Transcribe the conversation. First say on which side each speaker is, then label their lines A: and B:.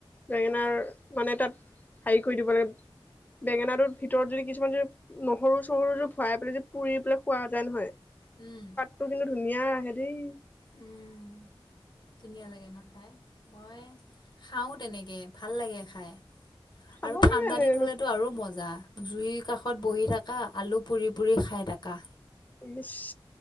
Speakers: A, on the left; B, on the left.
A: বেঙেনাৰ মানে তাত হেৰি কৰি দিব লাগে। বেঙেনাটোৰ ভিতৰত যদি কিছুমান যদি নহৰু, চহৰু ভৰাই পেলাই যে পুৰি পেলাই খোৱা যায় নহয়।
B: উম'।
A: ত' কিন্তু ধুনীয়া আহে দেই।
B: উম, ধুনীয়া লাগে ন' খাই, মই খাওঁ তেনেকে ভাল লাগে খাই।
A: খাব
B: আৰু ঠাণ্ডা
A: লাগে এনেকে
B: দিন হ'লেতো
A: উম
B: আৰু মজা জুইৰ কাষত বহি থাক। কা আলু পুৰি পুৰি খাই থাকা।
A: ইচ!